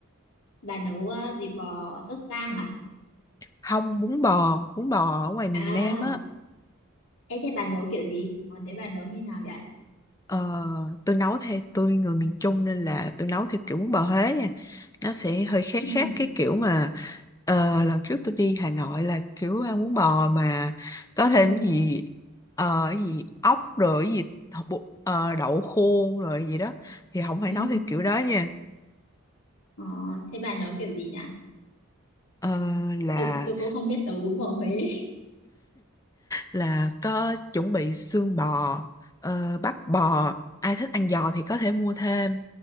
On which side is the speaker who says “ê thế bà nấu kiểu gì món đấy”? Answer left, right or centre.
Left